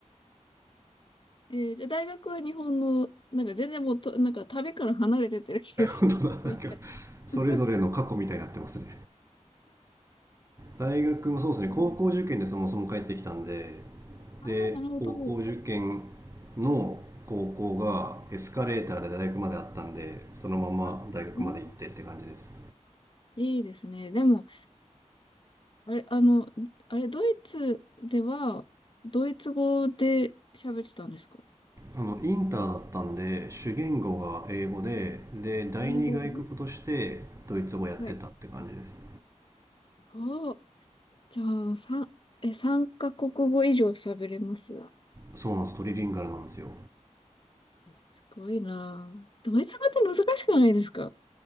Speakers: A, on the left (about 40°); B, on the right (about 25°).
A: えーじゃあ大学は日本の、なんか全然もうと、なんか旅から離れてってる人です。
B: 本当だなんか
A: もう一回。<laughs>
B: それぞれの過去みたいになってますね大学もそうですね高校受験でそもそも帰ってきたんで
A: えーああ、
B: で高校受験
A: なるほど。
B: の高校がエスカレーターで大学まであったんでそのまま大学まで行ってって感じです
A: あ、うん、いいですね。でも、あれ、あの、あれ、ドイツでは、ドイツ語で喋ってたんですか
B: あのインターだったんで主言語が英語でで第二外国としてドイツ語やってたって感じです
A: 英語、うんはい。すごい。じゃあ、三、え、三カ国語以上喋れます
B: そうなんですトリリンガルなんですよ
A: すごいなあ。ドイツ語って難しくないですか